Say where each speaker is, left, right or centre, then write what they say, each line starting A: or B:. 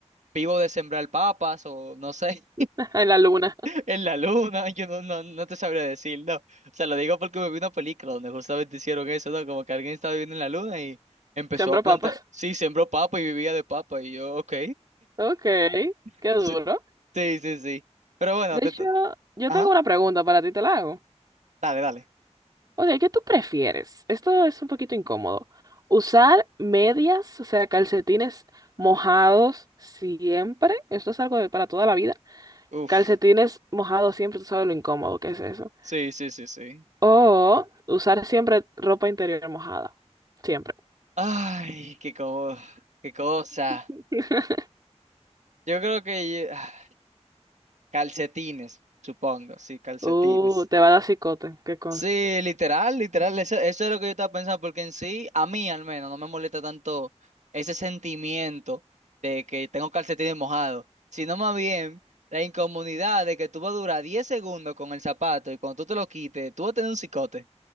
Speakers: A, on the right (about 85°); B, on the right (about 35°).
A: vivo de sembrar papas o no sé.
B: <laughs> En la luna,
A: En la luna, <laughs> yo no, no, no te sabría decir, no. O sea, lo digo porque me vi una película donde justamente hicieron eso, ¿no? Como que alguien estaba viviendo en la luna y empezó
B: sembro
A: a plantar.
B: papas.
A: Sí, sembró papa y vivía de papa. Y yo, ok.
B: Ok, qué
A: <laughs>
B: duro.
A: Sí, sí, sí. sí. Pero bueno,
B: De
A: te...
B: hecho,
A: to-
B: yo
A: Ajá.
B: tengo una pregunta para ti, te la hago.
A: Dale, dale.
B: Ok, ¿qué tú prefieres? Esto es un poquito incómodo. Usar medias, o sea, calcetines mojados siempre. Esto es algo de para toda la vida.
A: Uf.
B: Calcetines mojados siempre, tú sabes lo incómodo que es eso.
A: Sí, sí, sí, sí.
B: O usar siempre ropa interior mojada. Siempre.
A: Ay, qué co- qué cosa.
B: <laughs>
A: Yo creo que... ah, Calcetines, supongo. Sí, calcetines.
B: Uh, te va a dar cicote, que consta.
A: Sí, literal, literal, eso, eso es lo que yo estaba pensando, porque en sí, a mí al menos, no me molesta tanto ese sentimiento de que tengo calcetines mojados, sino más bien la incomodidad de que tú vas a durar 10 segundos con el zapato y cuando tú te lo quites, tú vas a tener un cicote.